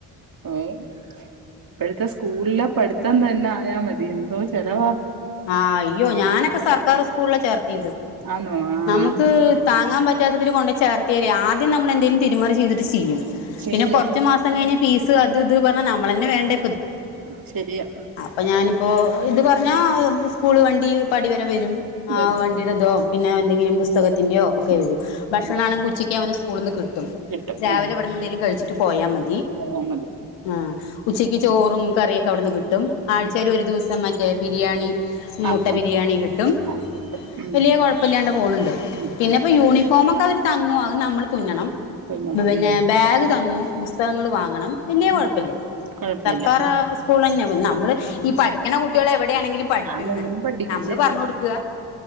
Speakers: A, on the right (about 50°); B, on the left (about 85°).
A: ഏഹ് ഇപ്പഴത്തെ സ്കൂളിലെ പഠിത്തം തന്നെ ആയാ മതി എന്തോ ചെലവാ.
B: ആഹ് അയ്യോ ഞാനൊക്കെ സർക്കാർ സ്കൂളിലാ ചേർത്തീത്
A: ആന്നോ ആഹ്
B: നമക്ക് താങ്ങാൻ പറ്റാത്തതിൽ കൊണ്ടെയ് ചേർത്ത്യാലേ ആദ്യം നമ്മൾ എന്തേലും തിര്മറി ചെയ്തിട്ട് ചെയ്യും
A: ശരിയാ
B: പിന്നെ കൊർ ച്ച് മാസം കഴിഞ്ഞ ഫീസ് അത് ഇത് പർഞ്ഞാ നമ്മളെ ന്നെ വേണ്ടേ
A: ഉം ശെരിയാ
B: അപ്പൊ ഞാനിപ്പോ ഇത് പർഞ്ഞാ എന്ത് സ്കൂള് വണ്ടി പടിവരെ വെരും. ആ
A: വരും
B: വണ്ടിടെതോ പിന്നെ എന്തെങ്കിലും പുസ്തകത്തിൻ്റ്യൊ ഒക്കെ
A: ഉം
B: വരും ഭക്ഷണാണെങ്കി
A: ഉം
B: ഉ ച്ചയ്ക്ക് അവന് സ്കൂള്ന്ന് കിട്ടും
A: കിട്ടും
B: രാവിലെ
A: ഉം
B: ഇവട്ന്നെ ന്തേലും കഴിച്ചിട്ട് പോയാ മതി.
A: പോയാ മതി.
B: ആഹ് ഉച്ചക്ക് ചോറും കറിയൊക്കെ അവ്ട്ന്ന് കിട്ടും ആഴ്ച്ചേൽ
A: ഉം
B: ഒര് ദുവസം മറ്റേ ബിരിയാണി മുട്ട
A: ആഹ് ആഹ്
B: ബിരിയാണി കിട്ടും
A: ആഹ് കിട്ടും ഉം
B: വെല്ല്യെ കൊഴപ്പില്ലാണ്ട് പോണ് ണ്ട്
A: ഉം
B: പിന്നെ
A: ഉം
B: പ്പോ യൂണി ഫോമൊക്കവര് തന്നു അത് നമ്മള് തുന്നണം
A: തുന്നണം
B: പിന്നെ
A: ഉം
B: ബാഗ് തന്നു പുസ്തകങ്ങള് വാങ്ങണം. വല്ല്യേ
A: ഉം
B: കൊഴപ്പല്ല
A: കൊഴപ്പല്ല
B: സർക്കാർ
A: ഉം
B: സ്കൂളെന്നാ പിന്നമ്മള് ഈ പഠിക്കണ കുട്ട്യോള് എവടെണെങ്കിലും പ
A: ആന്നെങ്കിലും
B: ക്കുന്ന്
A: പഠിക്കും
B: നമ്മള്
A: ശരിയാ
B: പർഞ്ഞൊട്ക്ക